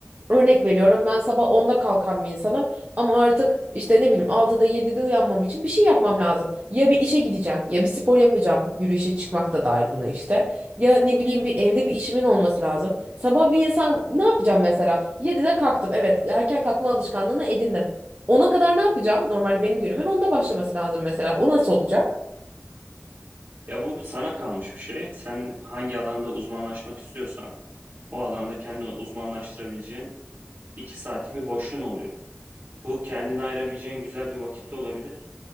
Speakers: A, on the right (about 45°); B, on the right (about 65°).
A: Örnek veriyorum ben sabah onda kalkan bir insanım ama artık işte ne bileyim altıda yedide uyanmam için bir şey yapmam lazım. Ya bir işe gideceğim ya bir spor yapacağım yürüyüşe çıkmak da dahil buna işte. Ya ne bileyim bir evde bir işimin olması lazım. Sabah bir insan ne yapacağım mesela Yedide kalktım evet erken kalkma alışkanlığını edindim. Ona kadar ne yapacağım? Normalde benim günümün onda başlaması lazım mesela. O nasıl olacak?
B: Ya bu sana kalmış bir şey. Sen hangi alanda uzmanlaşmak istiyorsan o alanda kendini uzmanlaştırabileceğin iki saatlik bir boşluğun oluyor. Bu kendini ayırabileceğin güzel bir vakitte olabilir.